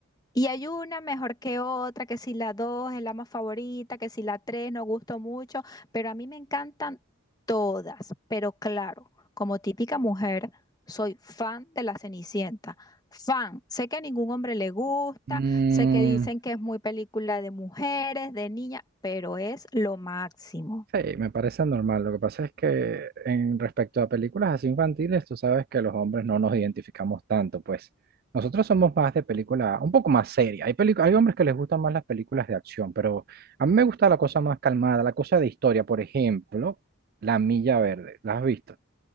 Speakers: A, on the left (about 20°); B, on the right (about 45°).
A: Y hay una mejor que otra, que si la dos es la más favorita, que si la tres no gustó mucho, pero a mí me encantan todas. Pero claro, como típica mujer, soy fan de la Cenicienta. Fan. Sé que a ningún hombre le gusta,
B: él.
A: sé que dicen que es muy película de mujeres, de niñas, pero es lo máximo.
B: Sí, me parece normal. Lo que pasa es que en respecto a películas así infantiles, tú sabes que los hombres no nos identificamos tanto, pues nosotros somos más de película, un poco más seria. Hay pelicu- hay hombres que les gustan más las películas de acción, pero a mí me gusta la cosa más calmada, la cosa de historia, por ejemplo, La Milla Verde. ¿La has visto?